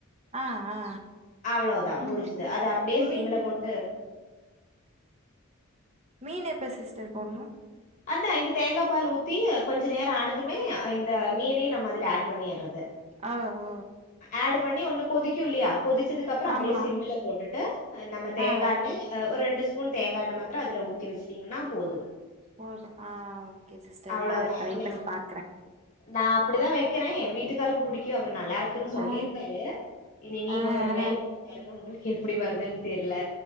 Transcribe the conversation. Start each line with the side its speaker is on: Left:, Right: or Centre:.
Right: ஆ ஆ
Left: அவ்ளோதா முடிஞ்சுது
Right: ம்
Left: அது அப்டியே
Right: மீனு
Left: சிம்ல போட்டு
Right: மீன் எப்ப சிஸ்டர் போட்னு
Left: அதா இந்த தேங்கா பாலு ஊத்தி கொஞ்ச நேர ஆனதுமே இந்த மீனையு நம்ம அதுல ஆட் பண்ணிர்றது
Right: ஆ ஓ
Left: ஆடு பண்ணி ஒன்னு கொதிக்கு இல்லியா கொதி ச்சதுக்ப்றொ அப்டியே
Right: ஆமா
Left: சிம்மில போட்டுட்டு அ நம்ம தேங்காண்ணெ
Right: ஆ
Left: ஒர்‌ ரெண்டு ஸ் பூன் தேங்கா எண்ணெ மத்ர அதுல ஊத்தி வச்சுட்டிங்கன்னா போது
Right: போது ஆ ஓகே சிஸ்டர்
Left: அவ்ளோதா
Right: நா அத ட்ரை
Left: நா
Right: பண்ணி பாக்குறே
Left: நா அப்பிடிதா வக்கிறே எ வீட்டுக்காருக்கு புடிக்கு அவர் நல்லாருக்குன்னு சொல்லிருக்காரு
Right: ஆ
Left: இனி நீங்க
Right: ஆ
Left: ஒன்னு ட்ரை
Right: ஆ
Left: பண்ணி பாருங்க உங்களுக்கு எப்புடி வருதுன் தெர்ல